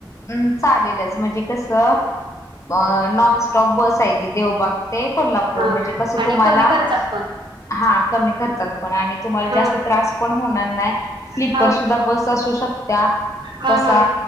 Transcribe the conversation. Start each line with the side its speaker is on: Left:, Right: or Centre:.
Left: हम् चालेलच म्हणजे कसं अ नॉनस्टॉप बस आहे त देवबाग ते कोल्हापूर
Right: हा
Left: म्हणजे कसं
Right: आणि
Left: तुम्हाला
Right: कमी खर्चात पण
Left: हा कमी खर्चात पण आणि तुम्हाला
Right: हा
Left: जास्त त्रास पण होणार नाही स्लीपर
Right: हा
Left: सुद्धा बस असू शकत
Right: हा
Left: कसा
Right: हा हा हम्म